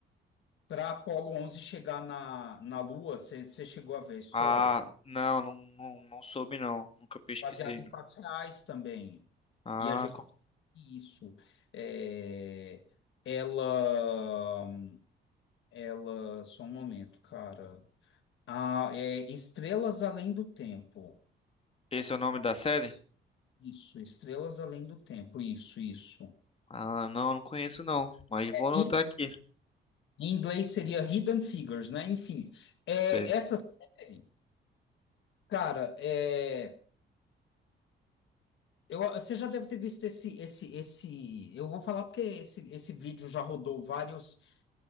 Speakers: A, on the left; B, on the left.
A: para Apolo onze chegar na, na Lua. Você você chegou a ver a história?
B: Ah, não, não, não, não soube não, nunca pesquisei.
A: baseado em
B: não.
A: fatos reais também.
B: Ah,
A: E é justamente
B: co-
A: isso. É, ela, ela, só um momento, cara. Ah, é Estrelas Além do Tempo.
B: esse é o nome da série?
A: Isso, Estrelas Além do Tempo. Isso, isso.
B: Ah, não, não conheço não, mas
A: É,
B: vou anotar
A: Em
B: aqui.
A: em inglês seria Hidden Figures, né? Enfim, é,
B: Sei.
A: essa série, cara, é, eu, você já deve ter visto esse, esse, esse. Eu vou falar porque esse, esse vídeo já rodou vários